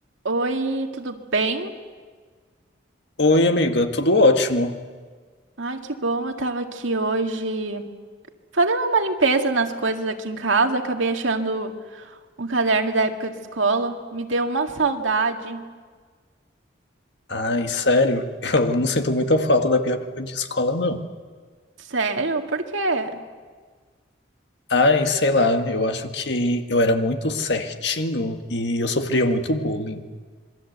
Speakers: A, on the right (about 85°); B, on the left (about 65°).
A: Oi, tudo bem?
B: Oi, amiga, tudo ótimo.
A: Ai, que bom, eu tava aqui hoje fazendo uma limpeza nas coisas aqui em casa, acabei achando um caderno da época de escola, me deu uma saudade.
B: Ai, sério, <laughs> eu não sinto muita falta da minha época de escola, não.
A: Sério? Por quê?
B: Ai, sei lá, eu acho que eu era muito certinho e eu sofria muito bullying.